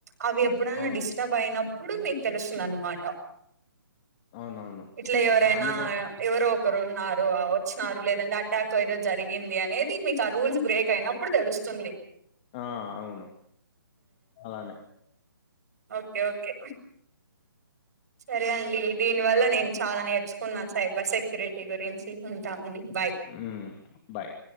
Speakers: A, on the right; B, on the left.
A: అవి ఎప్పుడైనా
B: అవును
A: డిస్టర్బ్ అయినప్పుడు మీకు తెలుస్తుందన్నమాట
B: అవునవును
A: ఇట్లా ఎవరైనా
B: అందుకని
A: ఎవరో ఒకరు ఉన్నారు వచ్చు లేదంటే అటాక్ ఏదో జరిగింది అనేది మీకు ఆ రూల్స్ బ్రేక్ అయినప్పుడు తెలుస్తుంది
B: ఆ అవును అలానే
A: ఓకే ఓకే సరే అండి దీని వల్ల నేను చాలా నేర్చుకున్నాను సైబర్ సెక్యూరిటీ గురించి ఉంటా అండి బాయ్
B: హ్మ్మ్ బాయ్